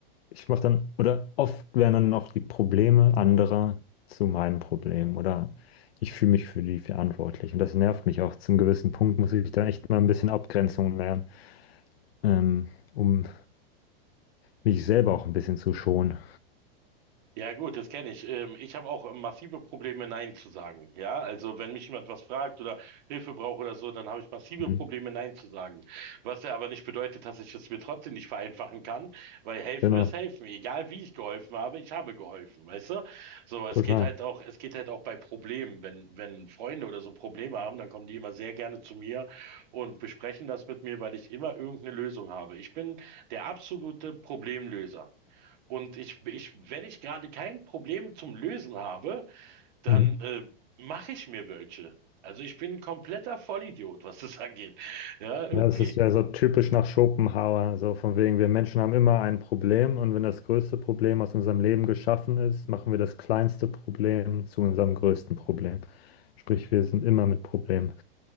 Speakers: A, on the left; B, on the right.
A: ich mache dann, oder oft werden dann noch die Probleme anderer zu meinen Problemen oder ich fühle mich für die verantwortlich. Und das nervt mich auch. Zum gewissen Punkt muss ich da echt mal ein bisschen Abgrenzung lernen, ähm, um mich selber auch ein bisschen zu schonen.
B: Ja gut, das kenne ich. Ähm, ich habe auch ähm, massive Probleme, Nein zu sagen. Ja, also wenn mich jemand was fragt oder Hilfe braucht oder so, dann habe ich massive
A: Mhm.
B: Probleme, Nein zu sagen. Was ja aber nicht bedeutet, dass ich es mir trotzdem nicht vereinfachen kann, weil helfen
A: Genau,
B: ist helfen. Egal wie ich geholfen habe, ich habe geholfen, weißt du? So, es
A: total.
B: geht halt auch, es geht halt auch bei Problemen. Wenn, wenn Freunde oder so Probleme haben, dann kommen die immer sehr gerne zu mir und besprechen das mit mir, weil ich immer irgendeine Lösung habe. Ich bin der absolute Problemlöser. Und ich, ich, wenn ich gerade kein Problem zum Lösen habe, dann
A: Mhm.
B: äh, mache ich mir welche. Also ich bin ein kompletter Vollidiot, was das <laughs> angeht. Ja, irgendwie,
A: Ja, das ist ja so typisch nach Schopenhauer, so von wegen, wir Menschen haben immer ein Problem und wenn das größte Problem aus unserem Leben geschaffen ist, machen wir das kleinste Problem zu unserem größten Problem. Sprich, wir sind immer mit Problemen.